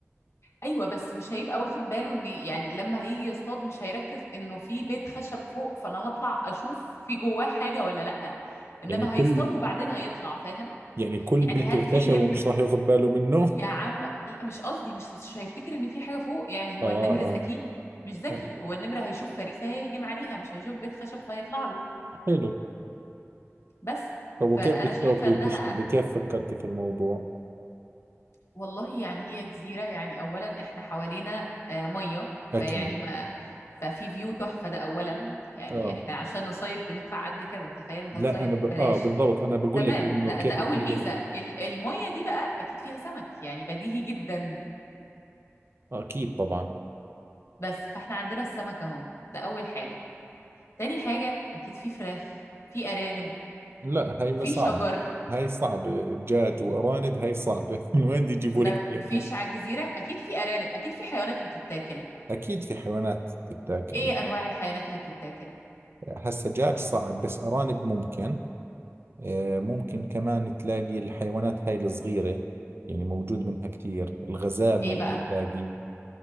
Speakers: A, on the left (about 65°); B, on the right (about 50°).
A: ايوه بس مش هيبقى واخد باله ان يعني لما هيجي يصطاد مش هيركز انه في بيت خشب فوق فانا هطلع اشوف في جواه حاجه ولا لا انما
B: يعني كل
A: هيصطاد وبعدين هيطلع فاهم
B: يعني كل
A: يعني
B: بيت
A: هل
B: الخشب
A: في نمر
B: ومش راح ياخذ باله منه
A: يا عم لا مش قصدي مش مش هيفتكر ان في حاجه فوق يعني هو
B: آه
A: النمر
B: آه
A: ذكي مش ذكي
B: آه.
A: هو النمر هيشوف فريسه هيهجم عليها مش هيشوف بيت خشب فهيطلع له
B: حلو
A: بس
B: طب
A: فانا
B: وكيف بدك
A: شايفه
B: تاكلي
A: انها
B: وتشربي كيف فكرتي في الموضوع
A: والله يعني هي جزيرة يعني أولا إحنا حوالينا آه، مية فيعني
B: اكيد
A: ما ففي فيو تحفة ده أولا يعني
B: اه
A: إحنا عشان نصيف بندفع قد كده تخيل أنت
B: لا
A: هتصيف
B: انا ب...
A: ببلاش
B: اه بالضبط انا بقول
A: تمام
B: لك انه
A: ده
B: كيف
A: ده أول
B: تميز
A: ميزة ال- المية دي بقى أكيد فيها سمك يعني بديهي جدا
B: آه اكيد طبعا
A: بس فإحنا عندنا السمك أهو ده أول حاجة تاني حاجة أكيد في فراخ في أرانب
B: لا هاي
A: في
B: صعبة
A: شجر
B: هاي صعبة دجاج وارانب هاي صعبة <laughs> من وين دي يجيبوا
A: ما
B: لك اياهم
A: فيش على الجزيرة أكيد في أرانب أكيد في حيوانات بتتاكل
B: اكيد في حيوانات تتاكل
A: إيه
B: يعني
A: أنواع الحيوانات اللي بتتاكل؟
B: هسا دجاج صعب بس ارانب ممكن آه ممكن كمان تلاقي الحيوانات هاي الصغيرة يعني موجود منها كثير الغزال
A: ايه
B: ممكن
A: بقى
B: تلاقي